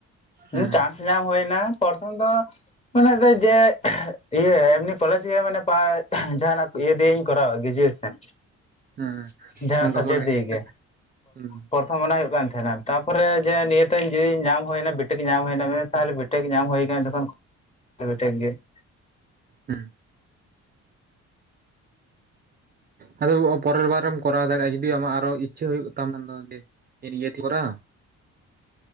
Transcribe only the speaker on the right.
ᱦᱮᱸ
ᱦᱮᱸ
ᱚᱱᱠᱟ
ᱢᱚᱱᱮ ᱦᱩᱭ
ᱞᱮᱱᱟ
ᱦᱩᱸ
ᱦᱩᱸ ᱟᱫᱚ ᱯᱚᱨᱮᱨ ᱵᱟᱨᱮᱢ ᱠᱚᱨᱟᱣ ᱫᱟᱲᱮᱭᱟᱜᱼᱟ ᱡᱩᱫᱤ ᱟᱢᱟᱜ ᱟᱨᱚ ᱤᱪᱪᱷᱟᱹ ᱦᱩᱭᱩᱜ ᱠᱟᱱ ᱛᱟᱢᱟ ᱤᱭᱟᱹ ᱠᱚᱨᱟᱣᱟ